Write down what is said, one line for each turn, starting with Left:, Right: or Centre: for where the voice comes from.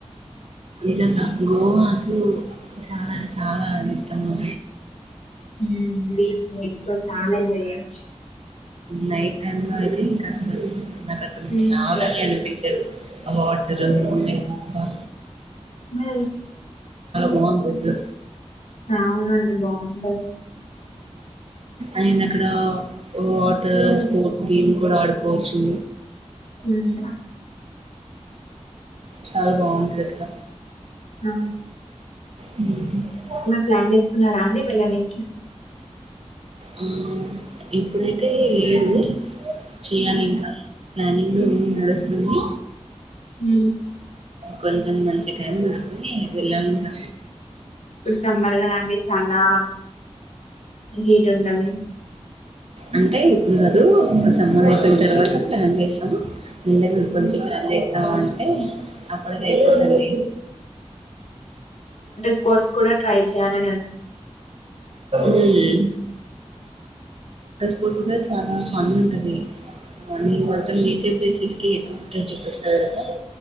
Right: నిజంగా గోవా అసలు చాలా చాలా ఇష్టము.
Left: హుమ్ బీచ్ బీచ్ లో చాల ఎంజాయ్ చేయొచ్చు.
Right: నైట్ టై లో అయితే ఇంకా అసలు నాకు అక్కడ నుంచి
Left: ఉమ్,
Right: కావాలని అనిపించారు అ వాటరు మ
Left: మ
Right: బాగుంది అసలు.
Left: అవునండి బాగుంటయి
Right: అయిండ్ అక్కడ వాటర్ స్పోర్ట్స్ గేమ్ కూడా ఆడుకోవచ్చు
Left: ఉమ్,
Right: చాలా బాగుంటది అక్కడ
Left: ఆ
Right: ఉ
Left: ప్లాన్ చేస్తున్నారా అండి వెళ్ళ నుంచి
Right: ఆ ఇప్పుడైతే ఏదు చేయాలి ఇంకా ప్లానింగ్ నడుస్తుంది
Left: హ
Right: కొంచెం మంచి టైం తీూసుకుని వెళ్ళాలంటా
Left: ఇప్పుడు చెమ్మర్ గదా అండి చాలా, హీట్ ఉంటది.
Right: అంటే ఇప్పుడు కాదు సమ్మర్ అయిపోయిన తర్వాత ప్లాన్ చేసాము ను్ కొంచెం ప్లాన్ చేస్తావు అంటే అప్పుడు కేకుడి
Left: స్ర్ట్స్ కూడా ట్రై కన
Right: మ్మ్. కూసు కూడా చాలా ఫన్ ఉంటది నరు కొత నేచర్ ప్లేసెస్ కేక రజుకృష్ణ గ